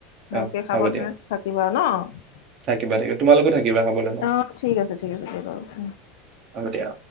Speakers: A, on the left; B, on the right.
A: ভালকে
B: অ',
A: সাৱধানে
B: হ'ব দিয়া।
A: থাকিবা। ন?
B: থাকিবা, থাকিব তোমালোকো থাকিবা খবলৈ ন?
A: অ ঠিক আছে ঠিক আছে দিয়া বাৰু
B: হ'ব দিয়া।